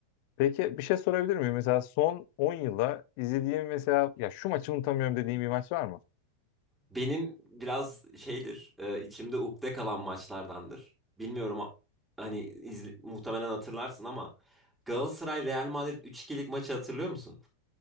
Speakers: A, on the left (about 45°); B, in the centre.
A: peki bir şey sorabilir miyim? Mesela son 10 yılda izlediğim mesela ya şu maçı unutamıyorum dediğim bir maç var mı?
B: Benim biraz şeydir, e, içimde ukde kalan maçlardandır. Bilmiyorum a- hani izle- muhtemelen hatırlarsın ama Galatasaray Real Madrid üç 2lik maçı hatırlıyor musun?